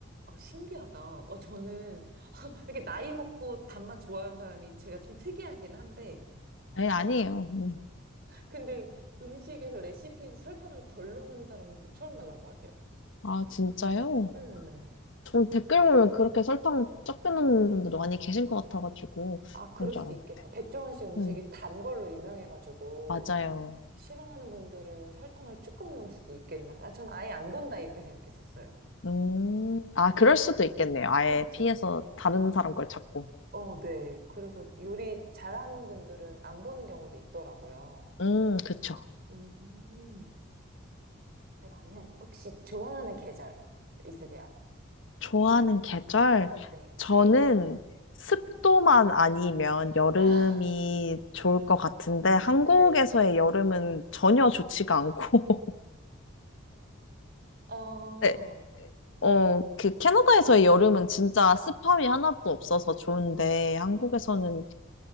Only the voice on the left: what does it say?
에 아니에요. 네.
아 진짜요?
전 댓글 보면 그렇게 설탕 적게 넣는 분들도 많이 계신 것 같아가지고
그런 줄
알았는데.
음
맞아요.
음, 아, 그럴 수도 있겠네요. 아예
피해서 다른 사람 걸 찾고.
음, 그쵸.
좋아하는 계절?
저는 습도만 아니면 여름이
좋을 것 같은데, 한국에서의
여름은 전혀 좋지가 않고, <laughs>
네, 어, 그 캐나다에서의
여름은 진짜 습함이 하나도 없어서 좋은데, 한국에서는